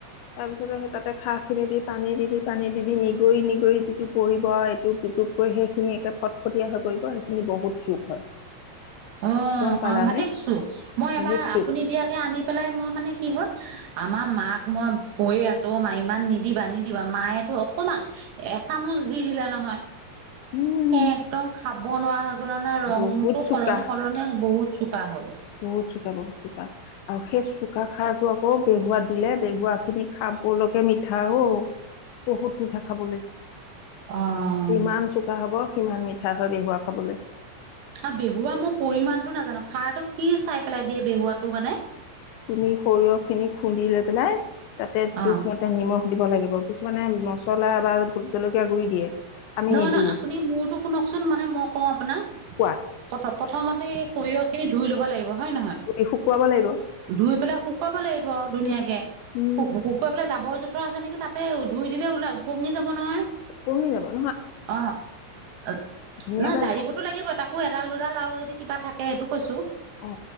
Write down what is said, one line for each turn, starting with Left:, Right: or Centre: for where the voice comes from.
Left: তাৰপিছতে সেই তাতে খাঁ খিনি দি পানী দি দি পানী দি দি নিগৰি নিগৰি যিটো পৰিব এইটো টুপকৈ সেইখিনি একে ফটফটীয়া হৈ পৰি সেইখিনি বহুত চুখ হয়।
Right: অ
Left: গম
Right: সাংঘাতিক
Left: পালানে
Right: চো মই
Left: বহুত
Right: এবাৰ
Left: চুপ
Right: আপুনি এতিয়াকে আনি পেলাই মই মানে কি হল। আমাৰ মাক মই কৈয়ে আছো অ মা ইমান নিদিবা নিদিবা মায়েতটো অকমান এচামুচ দি দিলে নহয়
Left: উম
Right: সে একদম খাব নোৱাৰা হৈ গ'ল নহয় ৰংতটো
Left: বহুত চোকা
Right: সলনি সলনি বহুত চোকা হ'ল।
Left: বহুত চোকা বহুত চোকা আৰু সেই চোকা খাৰটো আকৌ বেহুৱাত দিলে বেহুৱা খিনি খাব খাবলেকে মিঠা অ বহুত মিঠা খাবলৈ
Right: অ
Left: যিমান চোকা হব সিমান মিঠা হয় বেহুৱা খাবলে।
Right: আৰু বেহুৱা মোৰ পৰিমাণটো নাজানো খাৰটো কি চাই পেলাই দিয়ে বেহুৱাটো মানে?
Left: তুমি সৰিয়হ খিনি খুন্দি লৈ পেলাই তাতে
Right: অ
Left: জোখমতে নিমখ দিব লাগিব কিছুমানে মছলা বা জলকীয়া গুৰি দিয়ে। আমি
Right: নহয়
Left: নিদো
Right: নহয় আপুনি মোৰতো শুনকচোন মানে মই কওঁ আপোনাক
Left: শুকুৱা
Right: প্ৰথ প্ৰথমতে সৰি স ধুই ল'ব লাগিব হয়ে নহয়
Left: গুৰি শুকুৱাব লাগিব
Right: ধুই পেলাই শুকাব লাগিব <unintelligible> ধুনীয়াকে
Left: উম উম
Right: কুকু পেলাই যাবৰ য <unintelligible> পথৰ আছে নেকি তাতে ধুই দিলে ওলা ওপঙি যাব নহয় <unintelligible>
Left: উম <unintelligible>
Right: অ নহ
Left: ধুনীয়াকৈ
Right: জাৰিবতো লাগিব তাকো এডাল দুডাল আৰু <unintelligible> কিবা থাকে সেইটো কৈছো
Left: অ